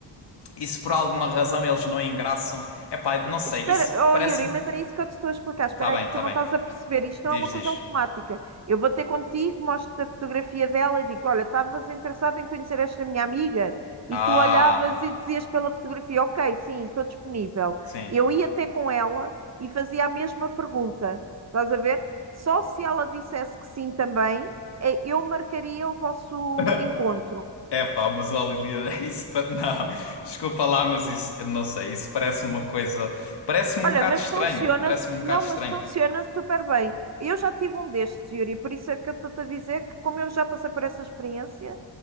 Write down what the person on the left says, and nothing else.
isso por alguma razão eles não engraçam. É pá, não sei.
Isso parece-me.
Tá bem,
tá
bem.
Diz,
diz.
Ah,
sim.
<laughs>
É pá, mas olha, Liliana, <laughs> isso pa- não, desculpa lá, mas isso, eu não sei, isso parece-me uma coisa, parece-me
um bocado
estranho,
parece-me um bocado
estranho.